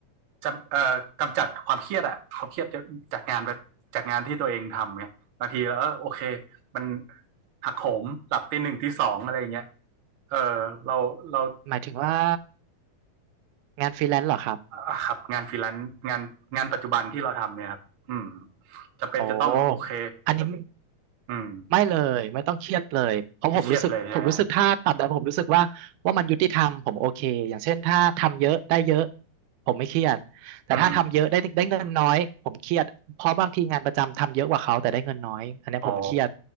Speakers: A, on the right; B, on the right.
A: จำเอ่อกำจัดความเครียดอะความเครียดจากงานจากงานที่ตัวเองทำเนี่ยบางทีแล้วเออโอเค มันหักโหมหลับตีหนึ่งตีสองอะไรอย่างเงี้ยเออเราเรา
B: หมายถึงว่า งานฟรีแลนซ์เหรอครับ
A: อ่าครับงานฟรีแลนซ์งานงานปัจจุบันที่เราทำเนี่ยครับอืมจำเป็นจะต้องโอเค
B: โอ้อันนี้
A: อืม
B: ไม่เลยไม่ต้องเครียดเลยเพราะผมรู้สึกผมรู้สึกถ้าตัดแต่ผมรู้สึกว่าว่ามันยุติธรรมผมโอเคอย่างเช่นถ้าทำเยอะได้เยอะ
A: ไม่เครียดเลยใช่ไหม
B: ผมไม่เครียดแต่ถ้าทำเยอะได้ได้เงินน้อยผมเครียดเพราะบางทีงานประจำทำเยอะกว่าเขาแต่ได้เงินน้อยอันนี้ผมเครียด
A: อืมอ๋อ